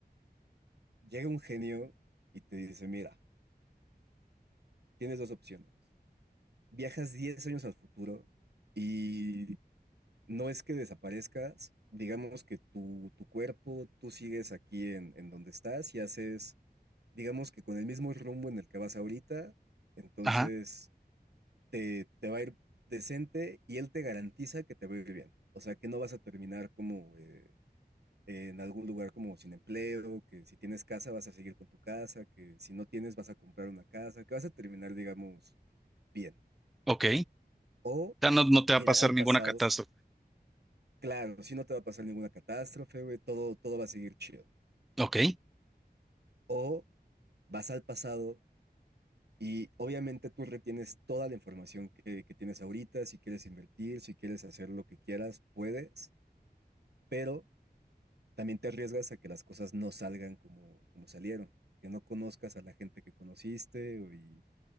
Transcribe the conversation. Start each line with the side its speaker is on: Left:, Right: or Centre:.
Right: Llega un genio y te dice, mira, tienes dos opciones. Viajas 10 años al futuro y no es que desaparezcas, digamos que tu, tu cuerpo, tú sigues aquí en, en donde estás y haces digamos que con el mismo rumbo en el que vas ahorita, entonces
Centre: Ajá.
Right: te, te va a ir decente y él te garantiza que te va a ir bien. O sea, que no vas a terminar como eh, en algún lugar como sin empleo, que si tienes casa vas a seguir con tu casa, que si no tienes vas a comprar una casa, que vas a terminar, digamos, bien.
Centre: Ok.
Right: O
Centre: Ya no, no te va
Right: ir
Centre: a pasar
Right: al
Centre: ninguna
Right: pasado,
Centre: catástrofe.
Right: claro, si no te va a pasar ninguna catástrofe, güey, todo, todo va a seguir chido.
Centre: Ok.
Right: O vas al pasado Y obviamente tú retienes toda la información que, que tienes ahorita, si quieres invertir, si quieres hacer lo que quieras, puedes, pero también te arriesgas a que las cosas no salgan como, como salieron, que no conozcas a la gente que conociste o y,